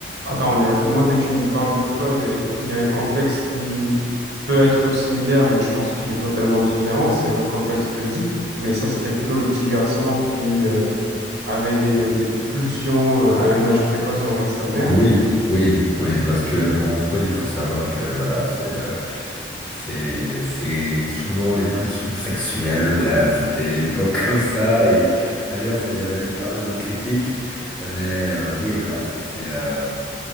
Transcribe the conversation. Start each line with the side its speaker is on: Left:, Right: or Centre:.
Right: Attends, mais moi, dès que tu me dis parle de Freud, et il y a un complexe qui peut être similaire, mais je pense qu'il est totalement différent, c'est le complexe d'Oedipe. Mais ça, c'était plutôt le petit garçon qui euh, avait des, des pulsions euh, à un âge précoce envers sa mère.
Centre: Oui,
Right: non
Centre: oui, oui, parce que bon, Freud, il faut savoir que voilà, c'est euh, c'est c'est souvent les pulsions sexuelles, hein, c'était l'époque <laughs> comme ça, et d'ailleurs, ça lui a valu pas mal de critiques, mais euh, oui, voilà, c'est c'est euh,